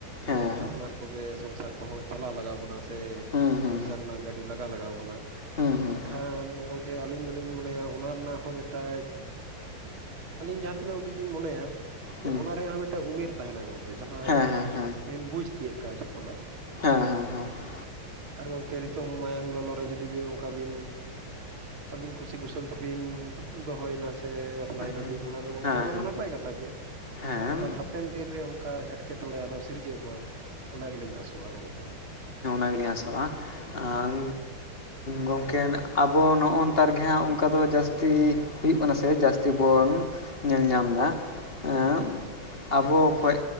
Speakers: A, on the left; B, on the right.
A: ᱦᱮᱸ
B: ᱡᱮ
A: ᱦᱮᱸ
B: ᱟᱯᱱᱟᱨ ᱠᱚᱜᱮ ᱥᱚᱝᱥᱟᱨ ᱠᱚ ᱠᱚᱦᱚᱸ ᱪᱟᱞᱟᱣ ᱞᱟᱜᱟᱣ ᱵᱚᱱᱟ ᱥᱮ
A: ᱦᱩᱸ ᱦᱩᱸ
B: ᱥᱚᱝᱥᱟᱨ ᱨᱮᱱᱟᱜ ᱜᱟᱹᱰᱤ ᱞᱟᱜᱟᱣ ᱞᱟᱜᱟᱣ ᱵᱚᱱᱟ᱾
A: ᱦᱩᱸ ᱦᱩᱸ
B: ᱢᱮᱱᱠᱷᱟᱱ
A: ᱦᱩᱸ
B: ᱜᱚᱢᱠᱮ ᱟᱹᱞᱤᱧ ᱫᱚᱞᱤᱧ ᱢᱚᱱᱮᱭᱟ ᱚᱱᱟ ᱨᱮᱱᱟᱜ ᱦᱚᱸ ᱢᱤᱫᱴᱮᱡ ᱟᱹᱞᱤᱧ ᱡᱟᱦᱟᱸ ᱛᱤᱱᱟᱹᱜ ᱦᱩᱰᱤᱡ ᱞᱤᱧ ᱢᱚᱱᱮᱭᱟ᱾
A: ᱦᱩᱸ
B: ᱡᱮ ᱚᱱᱟ ᱨᱮᱭᱟᱜ ᱦᱚᱸ ᱢᱤᱫᱴᱟᱝ ᱩᱢᱮᱨ ᱛᱟᱦᱮᱱᱟ ᱜᱚᱢᱠᱮ ᱡᱟᱦᱟᱸ
A: ᱦᱮᱸ
B: ᱡᱚᱠᱷᱚᱱ
A: ᱦᱮᱸ ᱦᱮᱸ
B: ᱢᱮᱱ ᱵᱩᱡᱽ ᱛᱤᱭᱳᱜ ᱠᱟᱜᱼᱟ ᱡᱚᱛᱚᱱᱟᱜ
A: ᱦᱮᱸ ᱦᱮᱸ ᱦᱩᱸ
B: ᱟᱨ ᱜᱚᱢᱠᱮ ᱱᱤᱛᱩᱝ ᱢᱟᱭᱟᱝ ᱞᱚᱞᱚ ᱨᱮ ᱡᱩᱫᱤ ᱵᱤᱱ ᱚᱱᱠᱟ ᱵᱤᱱ ᱟᱹᱵᱤᱱ ᱠᱩᱥᱤ ᱠᱩᱥᱟᱹᱞ ᱛᱮᱵᱤᱱ ᱫᱚᱦᱚᱭᱮᱱᱟ ᱥᱮ ᱵᱟᱯᱞᱟᱭᱱᱟᱵᱤᱱ
A: ᱦᱮᱸ ᱦᱮᱸ
B: ᱚᱱᱟ ᱫᱚ ᱜᱚᱝᱠᱮ ᱚᱱᱟᱢᱟ ᱱᱟᱯᱟᱭ ᱠᱟᱛᱷᱟ ᱜᱮ
A: ᱦᱮᱸ ᱦᱮᱸ
B: ᱢᱮᱱᱠᱷᱟᱱ ᱦᱟᱯᱮᱱ ᱫᱤᱱᱨᱮ ᱚᱱᱠᱟ ᱮᱸᱴᱠᱮᱴᱚᱬᱮ ᱟᱞᱚ ᱥᱤᱨᱡᱟᱹᱜ ᱢᱟ᱾ ᱚᱱᱟ ᱜᱮᱞᱤᱧ ᱟᱥᱚᱜᱼᱟ ᱜᱚᱝᱠᱮ
A: ᱚᱱᱟᱜᱮ ᱞᱤᱧ ᱟᱫᱚᱜ ᱟ ᱟᱨ ᱜᱚᱝᱠᱮ ᱟᱵᱚ ᱱᱚᱜᱼᱚ ᱱᱚᱛᱟᱨ ᱜᱮ ᱦᱟᱸᱜ ᱚᱱᱠᱟ ᱫᱚ ᱡᱟᱹᱥᱛᱤ ᱦᱩᱭᱩᱜ ᱠᱟᱱᱟ ᱥᱮ ᱡᱟᱹᱥᱛᱤ ᱵᱚᱱ ᱧᱮᱞ ᱧᱟᱢ ᱮᱫᱟ ᱮᱜ ᱟᱵᱚ ᱠᱷᱚᱡ